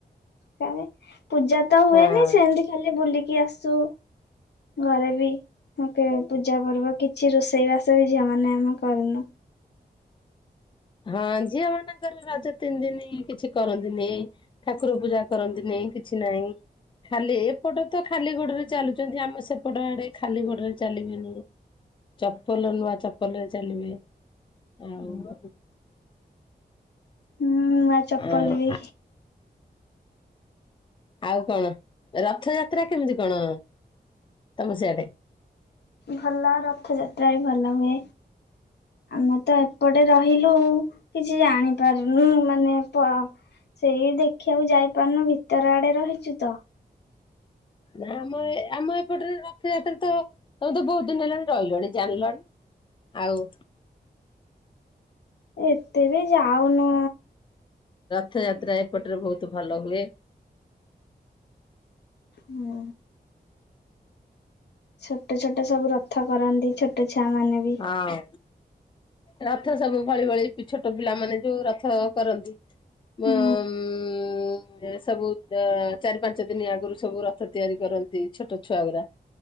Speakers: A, on the left; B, on the left.
A: କାଁ ଯେ ପୂଜା ତ ହୁଏନି
B: ହଁ
A: ସେମତି ଖାଲି ବୁଲି କି ଆସୁ ଘରେ ବି ମତେ ପୂଜା ପର୍ବ କିଛି ରୋଷେଇ ବାସ ବି ଝିଅମା ନାଁ ଆମେ କରୁନୁ।
B: ହଁ ଝିଅମାନଙ୍କର ରଜ ତିନି ଦିନି କିଛି କରନ୍ତି ନେହିଁ। ଠାକୁର ପୂଜା କରନ୍ତି ନେହିଁ କିଛି ନାହିଁ ଖାଲି ଏପଟ ତ ଖାଲି ଗୋଡ଼ରେ ଚାଲୁଚନ୍ତି ଆମ ସେପଟ ଆଡ଼େ ଖାଲି ଗୋଡ଼ରେ ଚାଲିବେନେଇ ଚପଲ ନୂଆ ଚପଲରେ ଚାଲିବେ। ଆଉ
A: ହୁଁ ନୂଆ ଚପଲରେ
B: ଆଉ ଆଉ କଣ ରଥଯାତ୍ରା କେମିତି କଣ ତମ ସିଆଡେ?
A: ଭଲ ରଥଯା ତ୍ରା ବି ଭଲ ହୁଏ। ଆମେ ତ ଏପଟେ ରହିଲୁ କିଛି ଜାଣିପାରୁନୁ ମାନେ ପ ସେଇ ଦେଖିବାକୁ ଯାଇପାରୁନୁ ଭିତର ଆଡ଼େ ରହିଚୁ ତ।
B: ନାଁ ଆମ ଏ ଆମ ଏପଟରେ ରଥଯାତ୍ରା ତ ତମେ ତ ବୋହୁତ ଦିନ ହେଲାଣି ରହିଲଣି ଜାଣିଲଣି ଆଉ
A: ଏ ତେ ବି ଯାଉନୁ
B: ଥଯାତ୍ରା ଏପଟରେ ଭୋଉତୁ ଭଲ ହୁଏ।
A: ହୁଁ। ଛୋଟ ଛୋଟ ସବୁ ରଥ କରନ୍ତି ଛୋଟ ଛୁଆ ମାନେ ବି
B: ହଁ। ର ଥ ସବୁ ଭଳି ଭଳି ପି ଛୋଟ ପିଲାମାନେ ଯୋଉ ରଥ କରନ୍ତି। ମ
A: ହୁଁ
B: ଉଁ ଏ ସବୁ ଦ ଚାରି ପାଞ୍ଚ ଦିନି ଆଗୁରୁ ସବୁ ରଥ ତିଆରି କରନ୍ତି ଛୋଟ ଛୁଆ ଗୁରା